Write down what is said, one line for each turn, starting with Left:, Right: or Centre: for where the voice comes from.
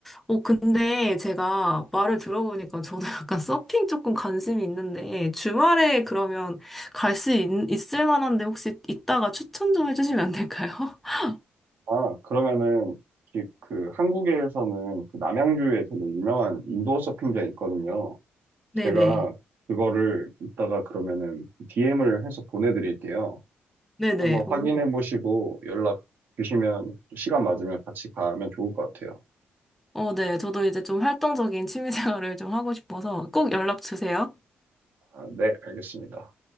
Centre: 어, 근데 제가 말을 들어보니까 저도 <laughs> 약간 서핑 조금 관심이 있는데, 주말에 그러면 갈 수 있을 만한데 혹시 있다가 추천 좀 해주시면 안 될까요? <laughs>
Right: 아, 그러면은 이- 그 한국에서는 그 남양주에 되게 유명한 인도어 서핑장 있거든요.
Centre: 네네.
Right: 제가 그거를 이따가 그러면은 DM을 해서 보내드릴게요.
Centre: 네네.
Right: 한번
Centre: 오.
Right: 확인해 보시고 연락 주시면 시간 맞으면 같이 가면 좋을 것 같아요.
Centre: 어, 네. 저도 이제 좀 활동적인 취미 생활을 좀 하고 싶어서 꼭 연락 주세요.
Right: 아, 네, 알겠습니다.